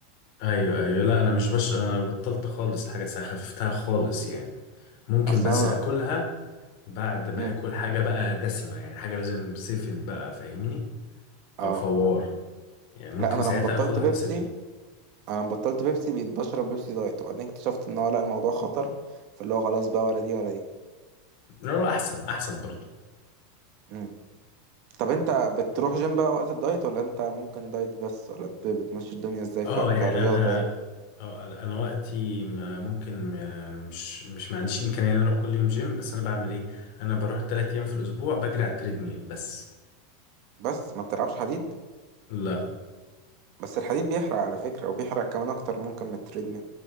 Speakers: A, on the left; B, on the right.
A: ايوه ايوه لا انا مش بش انا بطلت خالص حاجه ساعه خففتها خالص يعني ممكن
B: اصل
A: بس
B: انا
A: اكلها بعد ما
B: مم.
A: اكل حاجه بقى دسمه يعني حاجه لازم سيفن بقى فاهمني
B: اه
A: او فوار يعني ممكن
B: لا انا لما
A: ساعتها
B: بطلت
A: اخد واحده
B: بيبسي
A: سيفن
B: انا بطلت بيبسي بقيت بشرب بيبسي دايت وبعدين اكتشفت ان هو لا الموضوع خطر فاللي هو خلاص بقى ولا دي ولا دي
A: لا، احسن احسن برضو
B: مم. طب انت بتروح جيم بقى وقت الدايت ولا انت ممكن دايت بس ولا بت- بتمشي الدنيا ازاي
A: اه
B: ف- كرياضة
A: يعني انا
B: يعني
A: اه انا وقتي ما- ممكن ما- مش مش ما عنديش الامكانيه ان أنا اروح كل يوم جيم بس انا بعمل ايه انا بروح ثلاث ايام في الاسبوع بجري على التريدميل بس
B: بس ما بتلعبش حديد
A: لا
B: بس الحديد بيحرق على فكرة وبيحرق كمان اكتر ممكن من التريدميل